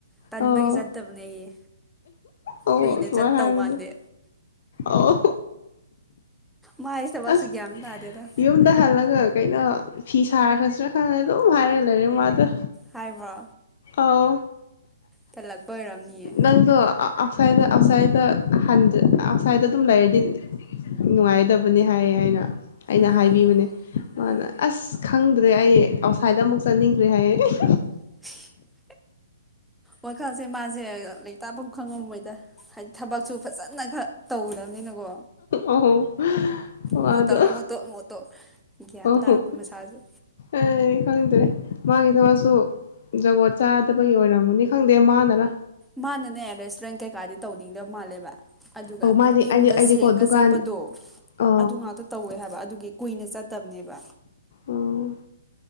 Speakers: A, in the centre; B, on the left (about 55°).
A: ꯇꯟꯕꯒꯤ
B: ꯑꯣ
A: ꯆꯠꯇꯕꯅꯦꯌꯦ
B: ꯑꯣ
A: ꯀꯨꯏꯅ
B: ꯁꯨꯃꯥꯏꯅ
A: ꯆꯠꯇꯧ
B: ꯍꯥꯏꯕꯅꯦ
A: ꯃꯥꯟꯗꯦ
B: ꯑꯣ
A: ꯃꯥꯏ ꯊꯕꯛꯁꯨ
B: ꯑꯁ
A: ꯒ꯭ꯌꯥꯟ ꯑꯃ ꯇꯥꯗꯦꯗ
B: ꯌꯨꯝꯗ ꯍꯜꯂꯒ ꯀꯩꯅꯣ ꯐꯤ ꯁꯥꯔꯈ꯭ꯔꯁꯨꯅ ꯈꯪꯉꯦ ꯑꯗꯨꯝ ꯍꯥꯏꯔꯦ ꯂꯩꯔꯦ ꯃꯥꯗ
A: ꯍꯥꯏꯕ꯭ꯔꯣ
B: ꯑꯥꯎ
A: ꯇꯜꯂꯛꯄ ꯑꯣꯏꯔꯝꯅꯤꯌꯦ
B: ꯅꯪꯒ ꯑꯥꯎꯠꯁꯥꯏꯗꯠꯇ ꯑꯥꯎꯠꯁꯥꯏꯠꯇ ꯑꯥꯎꯠꯁꯥꯏꯗꯠꯇ ꯑꯗꯨꯝ ꯂꯩꯔꯗꯤ ꯅꯨꯡꯉꯥꯏꯗꯕꯅꯤ ꯍꯥꯏꯌꯦ ꯍꯥꯏꯅ ꯑꯩꯅ
A: ꯑꯥ
B: ꯍꯥꯏꯕꯤꯕꯅꯦ
A: ꯑꯥ
B: ꯑꯁ ꯈꯪꯗ꯭ꯔꯦ ꯑꯩ ꯑꯥꯎꯠꯁꯥꯏꯗ ꯑꯃꯨꯛ ꯆꯠꯅꯤꯡꯈ꯭ꯔꯦ ꯍꯥꯏꯌꯦ
A: <unintelligible> ꯋꯥꯈꯜꯁꯦ ꯃꯥꯁꯦ ꯂꯩꯔꯤꯇꯥꯥꯐꯝ ꯈꯪꯉꯝꯃꯣꯏꯗ ꯍꯥꯏꯗꯤ ꯊꯕꯛꯁꯨ ꯐꯖꯅ ꯈꯔ ꯇꯧꯗꯕꯅꯤꯅꯀꯣ
B: ꯑꯧ ꯃꯗꯣ
A: ꯑꯃꯨꯛ ꯇꯧꯔꯦ ꯑꯃꯨꯛ ꯇꯣꯛ ꯑꯃꯨꯛ ꯇꯣꯛ ꯒ꯭ꯌꯥꯟ
B: ꯑꯣꯣ
A: ꯇꯥꯔꯝꯃꯣꯏ ꯃꯁꯥꯁꯨ
B: ꯑ ꯍꯗ꯭ꯔꯦ ꯃꯥꯒꯤ ꯊꯕꯛꯁꯨ ꯖꯒꯣꯠ ꯆꯥꯗꯕꯒꯤ ꯑꯣꯏꯔꯝꯒꯅꯤ ꯈꯪꯗꯦ ꯃꯥꯗꯅ
A: ꯃꯥꯅꯅꯦ ꯔꯦꯁꯇꯨꯔꯦꯟ ꯀꯩꯀꯥꯗꯤ ꯇꯧꯅꯤꯡꯗꯧ ꯃꯥꯜꯂꯦꯕ ꯑꯗꯨꯒ
B: ꯑꯧ ꯃꯥꯗꯤ
A: ꯌꯨꯝꯗ
B: ꯑꯩꯗꯤ ꯑꯩꯗꯤꯀꯣ
A: ꯁꯦꯡꯒ
B: ꯗꯨꯀꯥꯟ
A: ꯆꯠꯄꯗꯣ
B: ꯑ
A: ꯑꯗꯨ ꯉꯥꯛꯇ ꯇꯧꯋꯦ ꯍꯥꯏꯕ ꯑꯗꯨꯒꯤ ꯀꯨꯏꯅ ꯆ ꯇꯝꯅꯦꯕ
B: ꯑꯣ